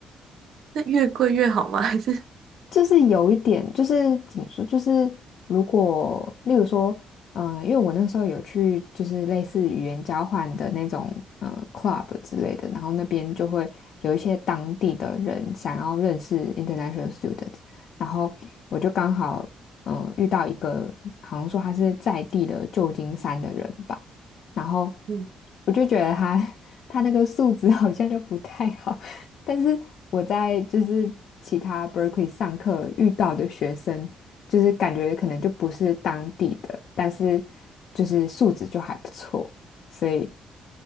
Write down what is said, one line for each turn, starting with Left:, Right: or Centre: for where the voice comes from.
Right: <laughs> 那越贵越好吗？<laughs> 还是
Left: 就是有一点，就是怎么说，就是如果例如说，呃，因为我那时候有去就是类似语言交换的那种呃 club 之类的，然后那边就会有一些当地的人想要认识 international students，然后我就刚好嗯，遇到一个好像说他是在地的旧金山的人吧，然后
Right: 嗯，
Left: 我就觉得他 <laughs> 他那个素质好像就不太好。但是我在就是其他 Berkeley 上课遇到的学生，就是感觉可能就不是当地的，但是就是素质就还不错，所以